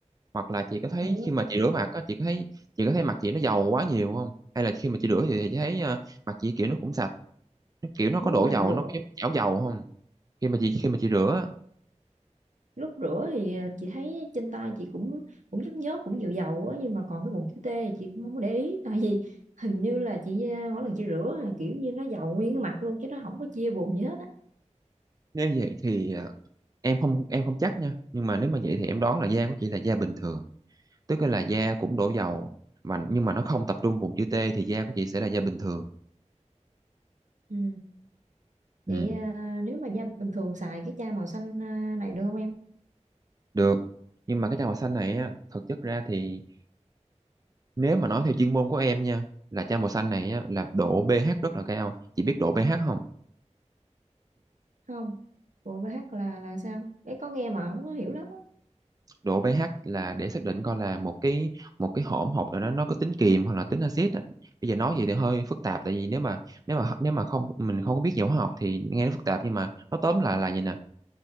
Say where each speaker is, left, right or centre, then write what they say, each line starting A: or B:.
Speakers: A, on the right (about 30°); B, on the right (about 90°).
A: hoặc là chị có thấy
B: Ừ.
A: khi mà chị rửa mặt á chị có thấy chị có thấy mặt chị nó dầu quá nhiều không hay là khi mà chị rửa thì chị thấy ờ, mặt chị kiểu nó cũng sạch kiểu nó
B: nếu
A: có đổ
B: mà
A: dầu
B: rửa
A: nó có giống chảo dầu không khi mà chị khi mà chị rửa á,
B: lúc rửa thì ờ, chị thấy trên tay chị cũng cũng nhức nhớp cũng dịu dầu á nhưng mà còn cái vùng chữ T thì chị cũng không có để ý tại vì hình như là chị ờ, mỗi lần chị rửa là kiểu như nó dầu nguyên cái mặt luôn chứ nó không có chia vùng gì hết á
A: nếu vậy thì à, em không em không chắc nha nhưng mà nếu mà vậy thì em đoán là da của chị là da bình thường tức là da cũng đổ dầu mà nhưng mà nó không tập trung vùng chữ T thì da của chị sẽ là da bình thường
B: ừ.
A: ừ
B: vậy ờ, nếu mà da bình thường xài cái chai màu xanh ờ, này được không em
A: được nhưng mà cái chai màu xanh này á thực chất ra thì nếu mà nói theo chuyên môn của em nha là chai màu xanh này á là độ pH rất là cao chị biết độ pH không
B: không bộ BH là là sao đấy có nghe mà không có hiểu lắm á
A: độ pH là để xác định coi là một cái một cái hỗn hợp nào đó nó có tính kiềm hoặc là tính axit á. bây giờ nói vậy thì hơi phức tạp tại vì nếu mà nếu mà nếu mà không mình không có biết về hóa học thì nghe nó phức tạp nhưng mà nó tóm lại là như nè